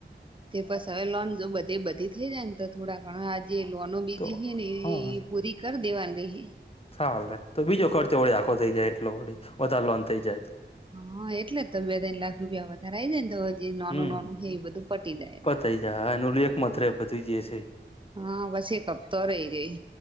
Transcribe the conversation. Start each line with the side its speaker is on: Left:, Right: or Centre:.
Right: તે બસ હવે લોન જો બધી બધી થઇ જાય ને તો થોડા ઘણો જે લોનો બીજી
Left: તો
Right: હ ને
Left: હા
Right: એ પૂરી કરી દેવાની દે
Left: ચાલે તો બીજો ખર્ચે વળી આખો થઈ જાય એટલો વળી વધારે લોન થઈ જાય તો
Right: હા એટલે જ તો બે તણ લાખ રૂપિયા વધારે આ આવી જાય ને તો હ એ નાનું
Left: હમ
Right: નાનું હે એ બધું પટી જાય
Left: પતાઈ
Right: એ
Left: જાય એનું એકમત રે પતી જશે
Right: હા બસ એક કપતો રહી ર્યો